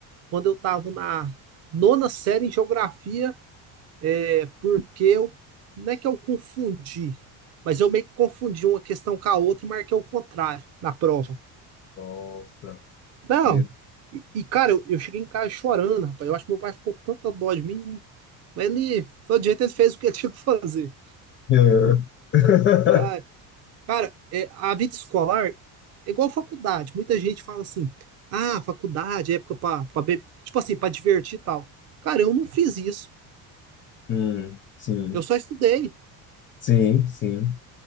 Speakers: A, on the right (about 40°); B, on the left (about 30°).
A: quando eu tava na nona série em geografia, é porque eu. Não é que eu confundi, mas eu meio que confundi uma questão com a outra e marquei o contrário na prova.
B: Nossa,
A: Não.
B: meu
A: E, e cara, eu, eu cheguei em casa chorando, rapaz. Eu acho que meu pai ficou com tanta dó de mim. Mas ele, todo jeito, ele fez o que ele <laughs> tinha que fazer.
B: Deus. <laughs>
A: Ah, cara, é, a vida escolar é igual a faculdade. Muita gente fala assim: ah, faculdade, é época pra, pra beber. Tipo assim, pra divertir e tal. Cara, eu não fiz isso.
B: Hum, sim,
A: Eu só estudei.
B: sim, sim.